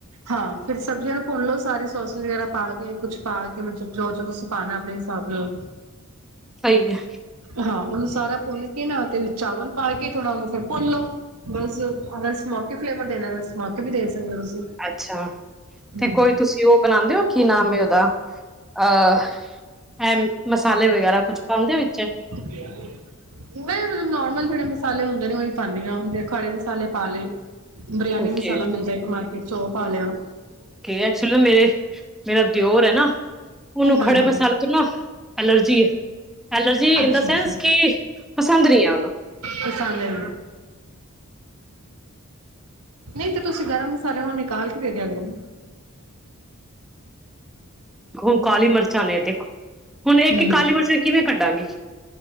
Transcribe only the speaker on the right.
ਹਾਂ ਫਿਰ ਸਬਜ਼ੀਆਂ ਨੂੰ ਭੁੰਨ ਲਓ ਸਾਰੇ ਸੋਸ ਵਗੈਰਾ ਪਾ ਕੇ ਕੁਛ ਪਾ ਕੇ ਮਤਲਬ ਜੋ ਜੋ ਤੁਸੀਂ ਪਾਣਾ ਆਪਣੇ ਹਿਸਾਬ ਨਾਲ
ਹਾਂ ਉਹਨੂੰ ਸਾਰਾ ਭੁੰਨ ਕੇ ਨਾ ਤੇ ਚਾਵਲ ਪਾ ਕੇ ਥੋੜਾ ਉਹਨੂੰ ਫਿਰ ਭੁੰਨ ਲ ਲੋ ਬਸ ਅਗਰ ਸਮੋਕੀ ਫਲੇਵਰ ਦੇਣਾ ਮ ਵੀ ਦੇ ਸਕਦੇ ਹੋ ਤੁਸੀਂ
ਹੂੰ
ਨਹੀਂ ਮਤਲਬ ਨੋਰਮਲ ਜਿਹੜੇ ਮਸਾਲੇ ਹੁੰਦੇ ਨੇ ਉਹੀ ਪਾਉਂਦੀ ਹਾਂ ਜ ਖੜੇ ਮਸਾਲੇ ਪਾ ਲਏ ਬਰਿਆਨੀ
ਮਸਾਲਾ ਮਿਲਦਾ ਇੱਕ ਮਾਰਕੀਟ ਚ ਉਹ ਪਾ ਲਿਆ
ਹਾਂ
ਹਾਂ
ਅੱਛਾ
ਅੱਛਾ
ਪਸੰਦ ਹੈ। ਨਹੀਂ ਤੇ ਤੁਸੀਂ ਗਰਮ ਮਸਾਲੇ ਉਹਨੂੰ ਨਿਕਾਲ ਕੇ ਦੇ ਦਿਆ ਕਰੋ
ਹਮ